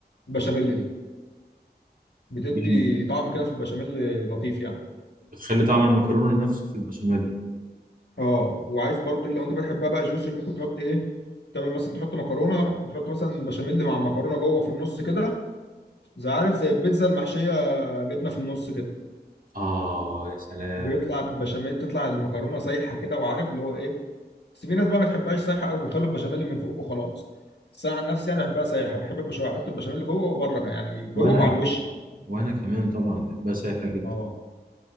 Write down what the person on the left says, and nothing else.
البشاميل دي بتدي
طعم كده في البشاميل لطيف يعني
اه وعايز برضو ايه لو انت بتحبها بقى جوسي ممكن تحط ايه تعمل مثلا تحط مكرونة وتحط مثلا بشاميل مع المكرونة جوه في النص كده زي عارف زي البيتزا المحشية جبنة في النص كده
بيطلع بشاميل تطلع المكرونة سايحة كده وعارف اللي هو ايه بس في ناس بقى ما تحبهاش سايحة أوي بيخلوا البشاميل من فوق وخلاص بس أنا عن نفسي يعني بحبها سايحة بحب البشاميل أحط البشاميل جوه وبره كمان، يعني جوه
وعلى الوش
اه